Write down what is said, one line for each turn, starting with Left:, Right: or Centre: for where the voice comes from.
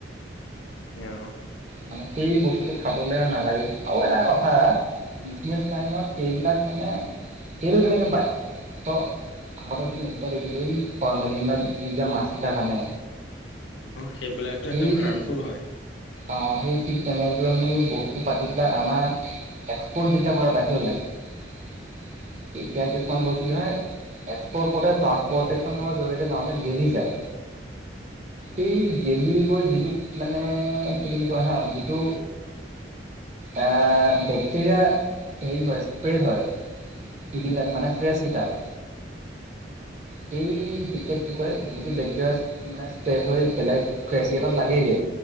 Left: <unintelligible>
Right: মানে, সেই বস্তুটো খাবলৈ নালাগে। আৰু এটা কথা বিজনেছ লাইনত, সেইবিলাক মানে, সেইটো কনেকে পাই? আগতেতো, নিশ্চয় দেখিছই! এই, ফৰমেলিনত দি যে মাছ বিলাক আনে।
Left: সেইবিলাকটো,
Right: সেই
Left: একদম হাৰ্মফুল হয়।
Right: অ'! সেই ঠিক তেনেদৰে, মানে বস্তু পাতি বিলাক আমাৰ, এক্সপৰ্ট যেতিয়া কৰে, বাহিৰলে। তেতিয়া, কিছুমান বস্তু, কি হয়, এক্সপৰ্ট কৰোঁতে, ট্ৰানসপৰ্টেশ্যনৰ জৰিয়তে, গাঁৱতে গেলি যায়। <unintelligible> গেলি গৈ, যিটোক মানে, কি বুলি কয় হা! যিটো এ, বেক্টেৰিয়া হেৰি হয়, স্প্ৰেড হয়। এইবিলাক মানে, ফ্ৰেছ কিতাপ। সেই তেতিয়া, কি কয়, যিটো বেক্টেৰিয়া মানে, স্প্ৰেড হৈ, বেলেগ ফ্ৰেচকেইটাত লাগেগে,